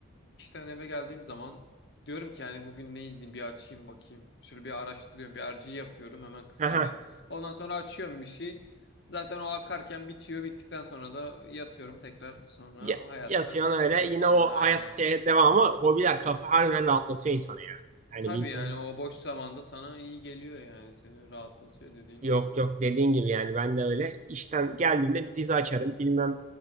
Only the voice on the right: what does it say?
Aha.
Ya-
Yatıyorsun
öyle.
Yine
o
hayat şeye devam ama hobiler kafa harbiden rahatlatıyor insanı ya. Yani
bir insanın
Yok
yok dediğin gibi yani ben de öyle. İşten geldiğimde bir dizi açarım bilmem.